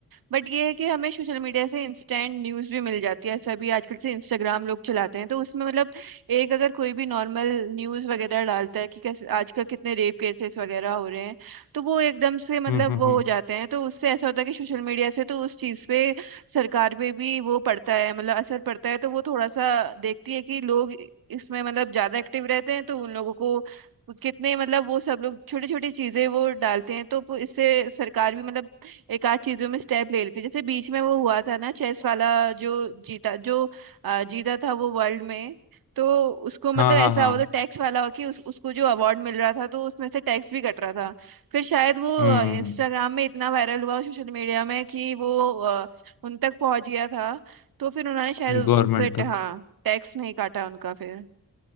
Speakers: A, on the right; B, on the left.
A: बट ये है कि हमें सोशल मीडिया से इंस्टेंट न्यूज़ भी मिल जाती है ऐसा भी आजकल से इंस्टाग्राम लोग चलाते हैं तो उसमें मतलब एक अगर कोई भी नॉर्मल न्यूज़ वगैरह डालता है कि कैसे आजकल कितने रेप केसेस वगैरह हो रहे हैं तो वो एकदम से मतलब
B: हम्म हम्म
A: वो
B: हम्म
A: हो जाते हैं तो उससे ऐसा होता है कि सोशल मीडिया से तो उस चीज़ पे सरकार पे भी वो पड़ता है मतलब असर पड़ता है तो वो थोड़ा सा देखती है कि लोग इसमें मतलब ज़्यादा एक्टिव रहते हैं तो उन लोगों को कितने मतलब वो सब लोग छोटी छोटी चीजें वो डालते हैं तो वो इससे सरकार भी मतलब एक आध चीजों में स्टेप ले लेती है जैसे बीच में वो हुआ था ना चेस वाला जो जीता जो अ, जीता था वो वर्ल्ड में तो उसको मतलब
B: हाँ
A: ऐसा
B: हाँ हाँ
A: हुआ तो टैक्स वाला हुआ कि उस, उसको जो अवार्ड मिल रहा था तो उसमें से टैक्स भी कट रहा था फिर शायद वो
B: हम्म
A: इंस्टाग्राम में इतना वायरल हुआ सोशल मीडिया में कि वो अ, उन तक पहुंच गया था तो फिर उन्होंने शायद
B: गवर्नमेंट
A: उनसे
B: तक
A: हाँ टैक्स नहीं काटा उनका फिर